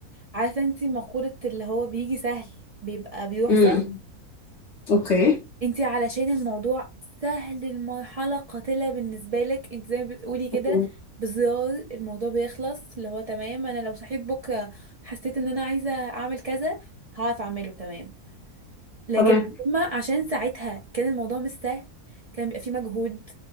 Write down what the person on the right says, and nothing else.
عارفة انتي مقولة اللي هو بيجي سهل بيبقى بيروح
سهل
انتي علشان الموضوع سهل المرحلة قاتلة بالنسبة لك انتي زي ما بتقولي كده
بزرار الموضوع بيخلص اللي هو تمام انا لو صحيت بكرة حسيت ان انا عايزة اعمل كذا هعرف اعمله تمام لكن
هما عشان ساعتها كان الموضوع مش سهل كان بيبقى فيه مجهود